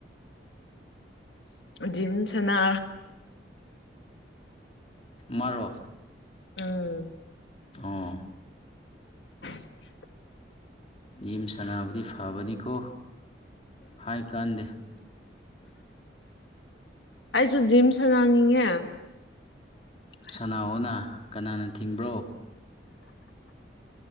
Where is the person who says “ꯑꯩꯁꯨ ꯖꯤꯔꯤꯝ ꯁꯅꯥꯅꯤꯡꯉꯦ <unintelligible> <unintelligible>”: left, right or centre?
Left